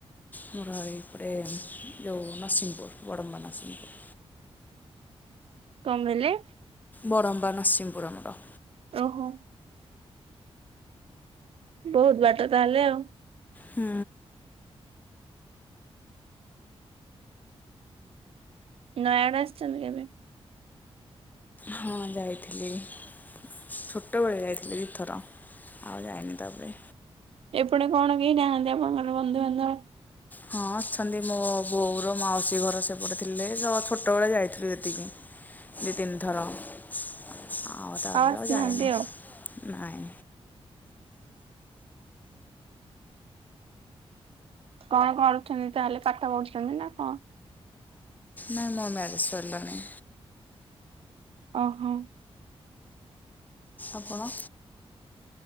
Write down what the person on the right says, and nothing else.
କଣ କଇଲେ?
ଓହୋ। ବହୁତ୍ ବାଟ ତାହେଲେ ଆଉ।
ନୟ ଆଡ଼େ ଆସିଛନ୍ତି କେବେ?
ଏପଟେ କଣ କେହି ନାହାନ୍ତି ଆପଣଙ୍କର ବନ୍ଧୁବାନ୍ଧବ?
ଆସିନାହାନ୍ତି
ଆଉ।
କଣ କରୁଛନ୍ତି ତାହେଲେ ପାଠ ପଢୁଛନ୍ତି ନା କଣ?
ଓହୋ।